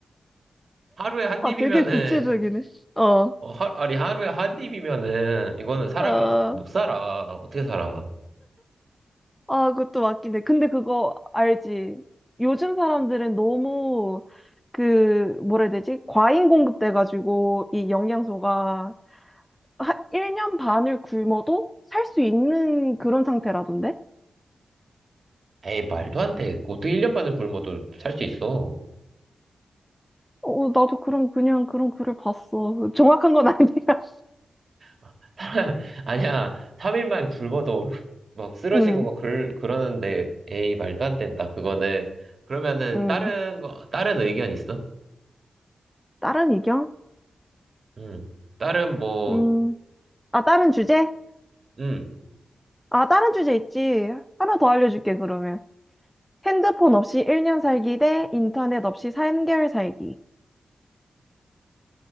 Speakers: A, on the right; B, in the centre.
A: 하루에 한
B: 아,
A: 입이면은,
B: 되게 구체적이네. 어,
A: 어, 하, 아니, 하루에 한 입이면은 이거는 사람이
B: 어.
A: 못 살아. 어떻게 살아?
B: 아, 그것도 맞긴 해. 근데 그거 알지? 요즘 사람들은 너무 그 뭐라 해야 되지? 과잉 공급돼가지고 이 영양소가 한 1년 반을 굶어도 살 수 있는 그런 상태라던데?
A: 에이, 말도 안 돼. 어떻게 1년 반을 굶어도 살 수 있어?
B: 어, 어, 나도 그런 그냥 그런 글을 봤어. 정확한 건 <laughs> 아니야.
A: <laughs> 사람, 아니야. 3일만 굶어도 막 쓰러지고
B: 응,
A: 막그 그러는데, 에이, 말도 안 된다. 그거는. 그러면은
B: 응.
A: 다른 거, 다른 의견 있어?
B: 다른 의견?
A: 응. 다른 뭐,
B: 음. 아, 다른 주제?
A: 응.
B: 아, 다른 주제 있지. 하나 더 알려줄게, 그러면. 핸드폰 없이 1년 살기 대 인터넷 없이 3개월 살기.